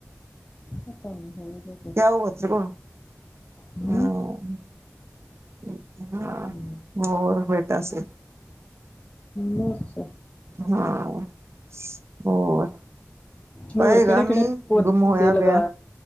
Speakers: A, on the left (about 25°); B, on the right (about 55°).
A: ਪਤਾ ਨੀ ਹੋਊਗਾ।
B: ਕਿਆ ਹੁਆ ਸੀਗਾ,
A: ਹੂੰ
B: ਓ ਏਥੇ ਨਾ
A: ਹੂੰ
B: ਹੋਰ-ਹੋਰ ਦੱਸ?
A: ਬਸ।
B: ਹਾਂ ਹੋਰ ਪਏਗਾ
A: ਹੋਰ ਕਿਹੜੇ
B: ਮੀਂਹ,
A: ਕਿਹੜੇ ਪੌਦੇ
B: ਗੁੰਮ ਹੋਏਆ
A: ਲਗਾ
B: ਪੇਆ